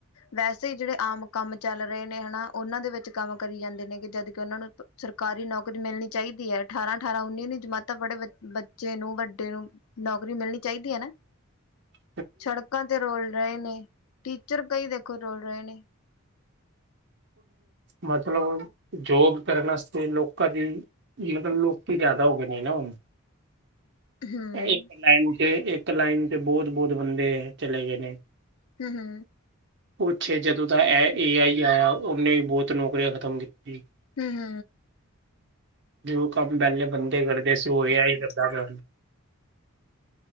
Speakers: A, on the left; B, on the right.
A: ਵੈਸੇ ਜਿਹੜੇ ਆਮ ਕਮ ਚਲ ਰਹੇ ਨੇ ਹਨਾ ਉਹਨਾ ਦੇ ਵਿਚ ਕਮ ਕਰੀ ਜਾਦੇ ਨੇ ਜਦ ਕਿ ਉਹਨਾ ਨੂੰ ਸਰਕਾਰੀ ਨੌਕਰੀ ਮਿਲਣੀ ਚਾਹੀਦੀ ਹੈ। ਅਠਾਰਾਂ- ਅਠਾਰਾਂ ਉਨੀ ਨੂੰ ਜਮਾਤਾ ਬੜ੍ਹੇ ਬੱਚੇ ਨੂੰ ਵਡੇ ਨੂੰ ਨੌਕਰੀ ਮਿਲਣੀ ਚਾਹੀਦੀ ਹੈ ਨਾ
B: <unintelligible> <unintelligible>
A: ਸੜਕਾਂ ਤੇ ਰੋਲ ਰਹੇ ਨੇ ਟੀਚਰ ਕਈ ਦੇਖੋ ਰੁਲ ਰਹੇ ਨੇ
B: ਮਤਲਬ ਜੋਬ ਕਰਨ ਵਾਸਤੇ ਲੋਕਾਂ ਦੀ ਮਤਲਬ ਲੋਕੀ ਜ਼ਿਆਦਾ ਹੋ ਗਏ ਨੇ ਨਾ ਹੁਣ।
A: ਹਮ
B: ਇੱਕ ਲਾਈਨ ਤੇ ਇੱਕ ਲਾਈਨ ਤੇ ਬਹੁਤ, ਬਹੁਤ ਬੰਦੇ ਚਲੇ ਗਏ ਨੇ
A: ਹੁ, ਹੁ
B: ਉੱਛੇ ਜਦੋਂ ਦਾ ਏ ਆਈ ਆਇਆ ਉਹਨੇ ਵੀ ਬਹੁਤ ਨੌਕਰੀਆਂ ਖਤਮ ਕੀਤੀ।
A: ਹੁ, ਹੁ
B: ਜੋ ਕੰਮ ਪਹਿਲੇ ਬੰਦੇ ਕਰਦੇ ਸੀ ਉਹਏ ਆਈ
A: ਹਾਂਜੀ।
B: ਹੀ ਕਰਦਾ ਪਇਆ ਹੁਨ